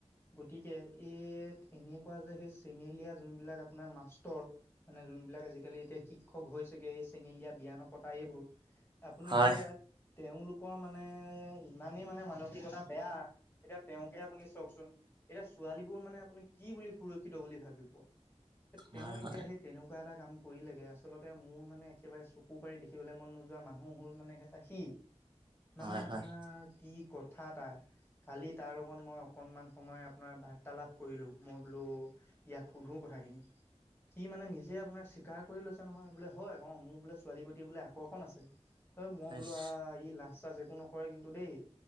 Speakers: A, on the left (about 20°); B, on the right (about 40°).
A: গতিকে এই এনেকুৱা যে সেই চেঙেলীয়া জোনবিলাক আপোনাৰ মাষ্টৰ মানে যোনবিলাক আজিকালি এতিয়া শিক্ষক হৈছেগে এই চেঙেলীয়া বিয়া ন পতা এইবোৰ আৰু
B: হয়।
A: এতিয়া তেওঁলোকৰ মানে ইমানেই মানে মানসিকতা বেয়া এতিয়া তেওঁকে আপুনি চাওকচোন। এতিয়া ছোৱালীবোৰ মানে আপুনি কি বুলি সুৰক্ষিত বুলি ভাবিব,
B: হয়,
A: তেওঁ
B: হয়,
A: এতিয়া সেই তেনেকুৱা এটা কাম কৰিলেগে আচলতে মোৰ মানে একেবাৰে চকু পাৰি দেখিবলৈ মন নোযোৱা মানুহ হ'ল মানে সেটা সি মানে
B: হয়,
A: আপোনাৰ
B: হয়।
A: কি কত কথা এটা‌ কালি তাৰ লগত মই অকণমান সময় আপোনাৰ বা বাৰ্তালাপ কৰিলোঁ মই বলো ইয়াক সোধোঁ কথাখিনি। সি মানে নিজে আপোনাৰ স্বীকাৰ কৰি লৈছে, অঁ' বোলে হয় অঁ মোৰ বোলে ছোৱালীৰ প্ৰতি বোলে আকৰ্ষণ আছে। ঐ মই বোলো
B: ইচ।
A: আহ ই লাজ চাজ একো নকৰে কিন্তু দেই।